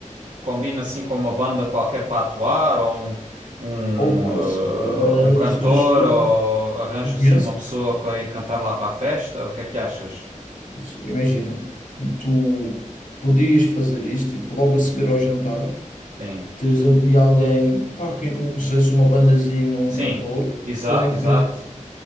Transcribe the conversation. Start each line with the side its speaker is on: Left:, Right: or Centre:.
Right: combina assim com uma banda qualquer para atuar ou um, um,
Left: Opa, isso era,
Right: eh, um cantor
Left: isso era excelente.
Right: ou arranja
Left: Tu
Right: assim
Left: conheces?
Right: uma pessoa para ir cantar lá para a festa? O que é que achas?
Left: Isso, Imagina, tu podias fazer isto, tipo, logo a seguir ao jantar,
Right: Sim.
Left: teres ali alguém, pá, quem conhecesse uma bandazinha, um
Right: Sim,
Left: cantor,
Right: exato,
Left: também
Right: exato.
Left: conheces.